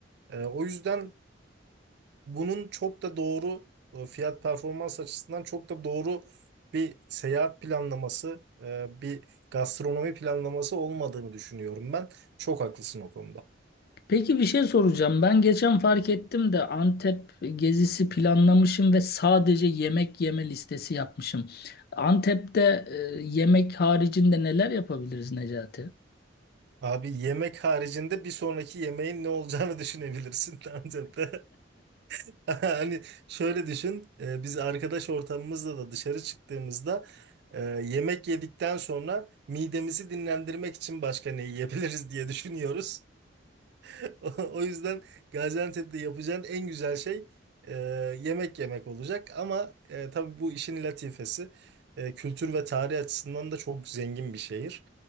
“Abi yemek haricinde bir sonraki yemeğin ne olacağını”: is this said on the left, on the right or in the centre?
Right